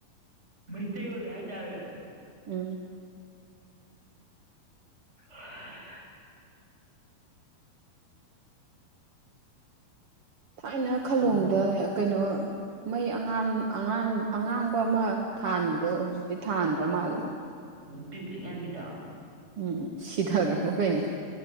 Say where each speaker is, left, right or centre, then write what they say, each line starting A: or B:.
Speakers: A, on the right (about 15°); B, on the right (about 50°).
A: ꯃꯩꯇꯩꯒꯣ ꯂ ꯆꯥ
B: ꯎꯝ
A: <unintelligible>
B: ꯊꯥꯏꯅ ꯈꯥꯂꯣꯝꯗ
A: ꯇꯥꯔꯦ
B: ꯀꯩꯅꯣ ꯃꯩ ꯑꯉꯥꯟ ꯑꯉꯥꯟ ꯑꯉꯥꯡꯕ ꯑꯃ ꯊꯥꯟꯕꯗꯣ ꯍꯧꯖꯤꯛꯇꯤ ꯊꯥꯟꯗ꯭ꯔ ꯃꯥꯜꯂꯤꯦꯅꯦ
A: ꯎ ꯄꯤꯛ ꯄꯤꯛ ꯉꯥꯡꯕꯤꯗ
B: ꯎꯝ ꯁꯤꯊꯈ꯭ꯔꯕ ꯀꯩꯅꯣ